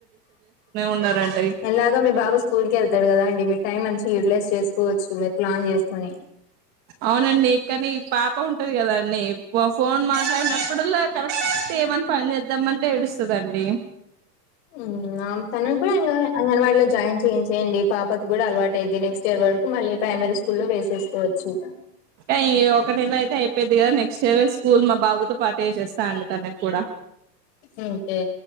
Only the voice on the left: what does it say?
ఎలాగో మీ బాబు స్కూల్ కెళ్తాడు కదా అండి మీ టైం మంచి యుటిలైజ్ చేసుకోవచ్చు మీరు ప్లాన్ చేసుకొని
ఉమ్మ్ ఆం తనని కూడా ఇంగ అంగన్వాడీలో జాయిన్ చేయించేయండి పాపకు కూడా అలవాటు అయిద్ది నెక్స్ట్ ఇయర్ వరకు మళ్ళీ ప్రైమరీ కుల్లో వేసేసుకోవచ్చు
ఉమ్మ్ కే